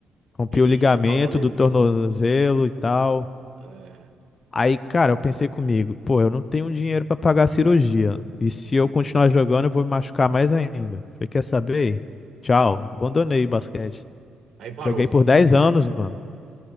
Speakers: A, on the left (about 35°); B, on the right (about 65°).
A: Rompi
B: eita,
A: o ligamento
B: tal da lesão.
A: do tornozelo e tal.
B: É,
A: Aí, cara, eu pensei comigo, pô, eu não tenho dinheiro para pagar a cirurgia. E se
B: ah.
A: eu continuar jogando, eu vou me machucar mais ainda. Falei, quer saber? Tchau. Abandonei o basquete.
B: Aí parou.
A: Joguei por 10 anos, mano.